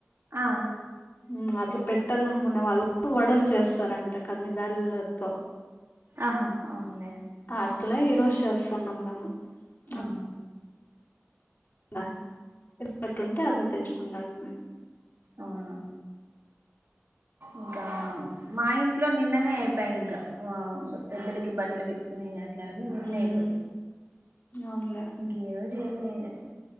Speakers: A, on the right; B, on the left.
A: ఆ
B: ఉమ్ అట్లా పెట్టాలనుకునే వాళ్ళు వడలు చేస్తారంట కంది బేళలతో
A: ఆహా అవునులే
B: అట్లా ఈరోజ చేస్ న్నాం మేము అ
A: ఆ
B: ద తిన్నట్టుంటే అది తెచ్చుకుంటాంటిమి
A: అవున ఇంకా మా ఇంట్లో నిన్ననే అయిపోయ ఇంకా పెద్దలకి బట్టలు పెట్టుకునే అట్లాని నిన్నే
B: హ్మ్
A: అయిపోతాయి
B: అవునులే
A: ఇంక ఈ రోజు జు ఏం లేదు